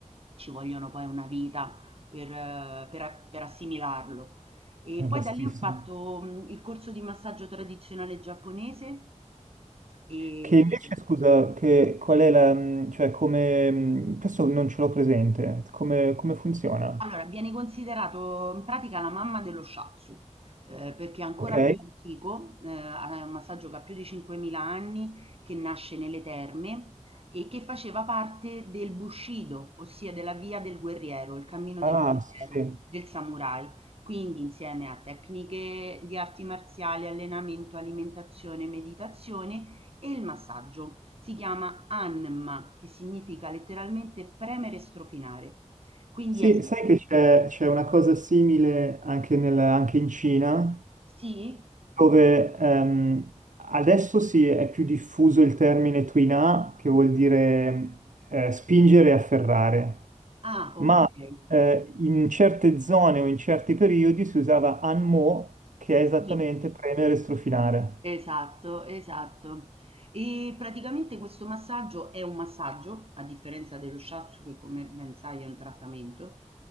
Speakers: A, on the right (about 50°); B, on the right (about 90°).
A: ci vogliono poi una vita per, eh, per a- per assimilarlo. E
B: è
A: poi
B: vastissimo.
A: da lì ho fatto mh, il corso di massaggio tradizionale giapponese e
B: Che invece, scusa, che qual è la, mh, cioè come, mh, questo non ce l'ho presente, come, come funziona?
A: Allora, viene considerato in pratica la mamma dello shiatsu, ehm, perché è ancora
B: Ok?
A: più antico, ehm, ha è un massaggio che ha più di 5000 anni, che nasce nelle terme e che faceva parte del Bushido, ossia della via del guerriero, il cammino
B: Ah,
A: del guerriero,
B: sì, sì.
A: del samurai. Quindi insieme a tecniche di arti marziali, allenamento, alimentazione, meditazione e il massaggio. Si chiama Anma, che significa letteralmente premere e strofinare. Quindi
B: Sì,
A: è
B: sai che c'è c'è una cosa simile anche, nel- anche in Cina,
A: Sì?
B: dove ehm, adesso sì, è più diffuso il termine tuina, che vuol dire eh, spingere e afferrare,
A: Ah, okay.
B: ma eh, in certe zone o in certi periodi si usava anmo, che è esattamente
A: Sì,
B: premere e strofinare.
A: esatto, esatto. E praticamente questo massaggio è un massaggio, a differenza dello shiatsu che come ben sai è un trattamento,